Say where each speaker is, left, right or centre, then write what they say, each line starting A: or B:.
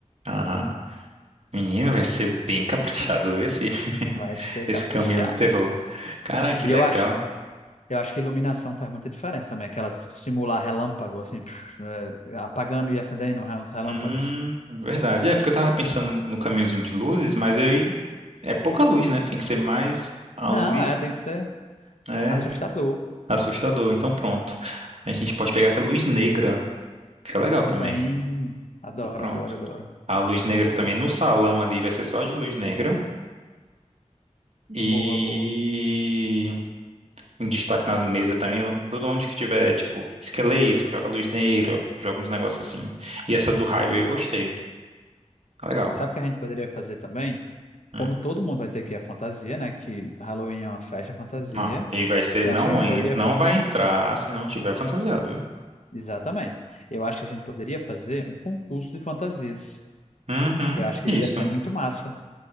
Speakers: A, on the right; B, on the left.
A: aham. Menino, vai ser bem caprichado ver esse, <laughs>
B: Vai ser
A: esse
B: caprichado.
A: caminho do terror. Caramba, que
B: E
A: legal.
B: eu acho, eu acho que iluminação faz muita diferença também, aquelas simular relâmpago, assim, é, apagando e acendendo uns relâmpagos.
A: Hum, verdade. É, porque eu tava pensando no caminhozinho de luzes, mas aí é pouca luz, né? Tem que ser mais a
B: Não,
A: luz.
B: é, tem que ser
A: né?
B: assustador.
A: assustador. Então pronto. A gente pode pegar aquela luz negra. Fica legal
B: Também,
A: também.
B: adoro,
A: Pronto.
B: adoro, adoro.
A: A luz negra também
B: E-
A: no salão ali vai ser só de luz negra. E
B: Boa, boa,
A: um destaque nas mesas também. Todo onde que tiver, tipo, esqueleto, joga luz negra, joga uns negócios assim. E essa do Highway
B: boa.
A: eu gostei. Tá legal.
B: Sabe o que a gente poderia fazer também?
A: Hum.
B: Como todo mundo vai ter que ir à fantasia, né? Que Halloween é uma festa fantasia.
A: Ah, e vai ser,
B: Eu
A: não,
B: acho que a gente
A: en-
B: poderia
A: não
B: fazer.
A: vai entrar se não tiver fantasiado, viu?
B: Exatamente. Eu acho que a gente poderia fazer um concurso de fantasias.
A: Uhum.
B: Eu acho que
A: Isso.
B: ia ser muito massa. O